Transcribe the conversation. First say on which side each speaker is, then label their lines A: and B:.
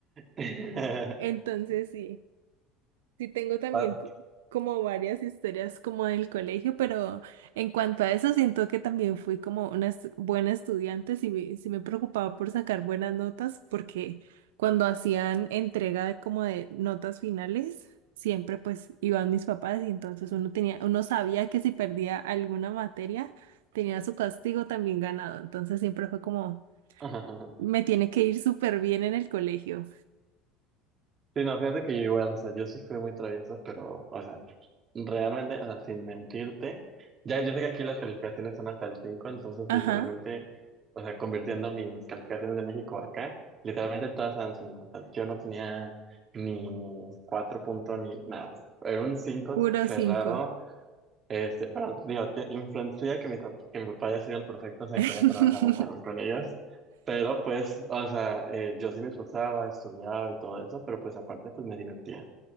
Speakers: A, on the right (about 35°); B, on the right (about 85°).
A: <laughs>
B: Entonces, sí. Sí, tengo también
A: Pas-
B: cu- como varias historias como del colegio, pero en cuanto a eso siento que también fui como una estu- buena estudiante, sí, me- sí me preocupaba por sacar buenas notas, porque cuando hacían entrega de- como de notas finales, siempre pues iban mis papás y entonces uno tenía, uno sabía que si perdía alguna materia, tenía su castigo también ganado, entonces siempre fue como,
A: <laughs>
B: me tiene que ir súper bien en el colegio.
A: Sí, no, fíjate que yo igual, o sea, yo sí fui muy travieso, pero, o sea, realmente, o sea, sin mentirte, ya yo sé que aquí las calificaciones son hasta el 5, entonces
B: Ajá,
A: literalmente, o sea, convirtiendo mis calificaciones de México acá, literalmente todas eran 5, o sea, yo no tenía ni 4 puntos ni nada, o sea, era un cinco
B: puro
A: cerrado,
B: cinco.
A: este, bueno, digo, te- influencia que mi, pap- que mi papá haya sido el perfecto, o sea,
B: <laughs>
A: que haya trabajado con, con ellos pero pues, o sea, eh, yo sí me esforzaba, estudiaba y todo eso, pero pues aparte, pues me divertía.